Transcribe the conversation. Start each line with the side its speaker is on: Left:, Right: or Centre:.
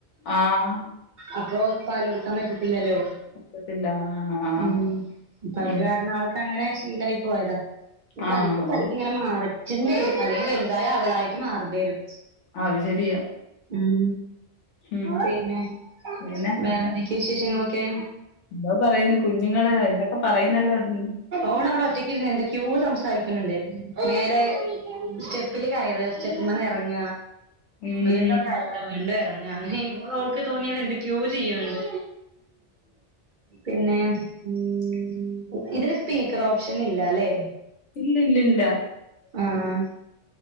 Left: ആഹ്
Right: അപ്പൊ പാല് കൊടുക്കാൻ പറ്റത്തില്ലല്ലോ
Left: പറ്റത്തില്ല ആഹ്
Right: ഉം അപ്പ അത്
Left: ഉം
Right: കാരണം ആൾക്കങ്ങനെ ശീലായി പോയതാ
Left: ആഹ്
Right: പതുക്കെ പതുക്കെ ഇങ്ങനെ മാറെറ്റ്ണ്ടേ അധികം വലുതായ അവളായിട്ട് മാറെണ്ടി വരും
Left: അത് ശെരിയാ
Right: ഉം
Left: ഉം
Right: പിന്നെ
Left: പിന്നെ
Right: വേറെന്തൊക്കെയാ വിശേഷങ്ങളൊക്കെ
Left: എന്തോ പറയുന്നു കുഞ്ഞുങ്ങള് എന്തൊക്കെ പറയുന്നല്ലോ അവിടുന്ന്
Right: ഓളവിടെ ഒറ്റക്ക് ഇരുന്ന് എന്തൊക്കെയോ സംസാരിക്ക്ണ് ണ്ട് മേലെ സ്റ്റെ പ്പില് കയറ സ്റ്റെപ്പ്മ്മെന്ന് എറങ്ങ
Left: ഉം
Right: വീണ്ടും കയ റാ വീണ്ടും എറങ്ങ അങ്ങനെ ഇനു മോള് ഓൾക്ക് തോന്നിയത് എന്തൊക്കെയോ ചെയ്യ്ണ്ട് പിന്നെ ഉം ഇതില് സ്പീക്കർ ഓപ്ഷൻ ഇല്ലാലേ
Left: ഇല്ല ഇല്ലി ഇല്ല
Right: ആഹ്